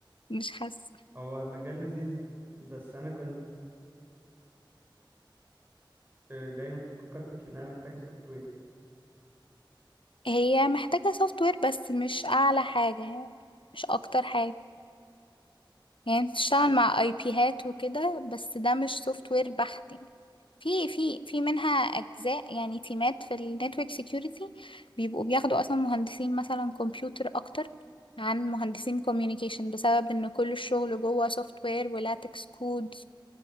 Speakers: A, on the left; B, on the right.
A: مش حاسه
B: هو مجال لذيذ بس انا كنت دايما بفكر فيه ان انا محتاجة سوفت وير
A: هي محتاجه سوفت وير بس مش اعلى حاجه يعني مش اكتر حاجه يعني انت بتشتغل مع اي بيهات وكده بس ده مش سوفت وير بحت يعني في في في منها اجزاء يعني تيمات في النتورك سيكيورتي بيبقوا بياخدوا اصلا مهندسين مثلا كمبيوتر اكتر عن مهندسين كوميونيكيشن بسبب ان كل الشغل جوه سوفت وير ولاتكس كود